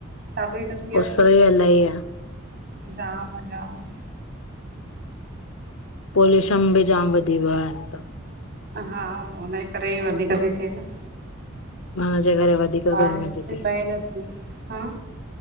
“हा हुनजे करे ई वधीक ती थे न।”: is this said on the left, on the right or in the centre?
Right